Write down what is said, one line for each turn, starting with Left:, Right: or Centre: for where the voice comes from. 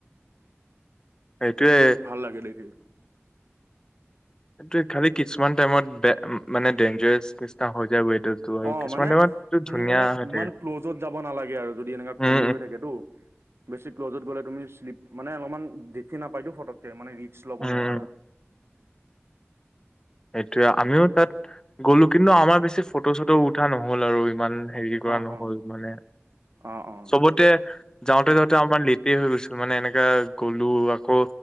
Left: সেইটোয়ে
Right: ভাল লাগে দেখি।
Left: এইটোৱে খালি কিছুমান টাইমত মানে ডেঞ্জাৰাছ নিচিনা হৈ যায়। ৱেডাৰটো আৰু
Right: অ',
Left: কিছুমান
Right: মানে
Left: টাইমত
Right: তুমি
Left: ধুনীয়া
Right: মানে
Left: হৈ
Right: ইমান
Left: থাকে
Right: ক্ল'জত যাব নালাগে আৰু যদি এনেকুৱা
Left: উম
Right: কুঁৱলী
Left: উম
Right: হৈ থাকেতো। বেছি ক্লজত গ'লে তুমি শ্লিপ মানে অলপমান দেখি নাপায়তো ফটককে মানে ৰিচক ল'ব
Left: উম,
Right: নোৱাৰা।
Left: সেইটোৱে আমিও তাত গ'লো, কিন্তু আমাৰ বেছি ফটো-চটো উঠা নহ'ল আৰু ইমান। হেৰি কৰা
Right: অ
Left: নহ'ল
Right: হ
Left: মানে
Right: অ অ
Left: চবতে যাওঁতে যাওঁতে অকণমান লেটে হৈ গৈছিলোঁ মানে এনেকা গলোঁ আকৌ